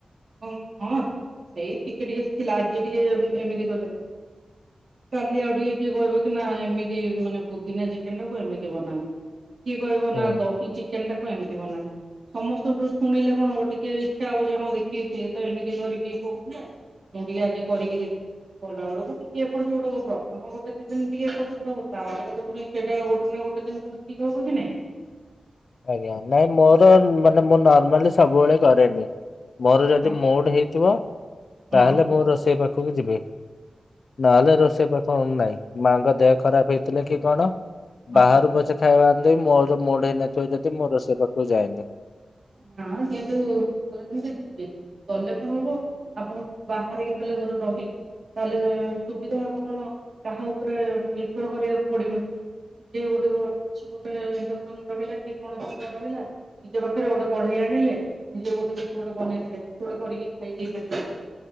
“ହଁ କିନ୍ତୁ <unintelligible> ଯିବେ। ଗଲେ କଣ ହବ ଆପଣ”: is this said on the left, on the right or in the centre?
Right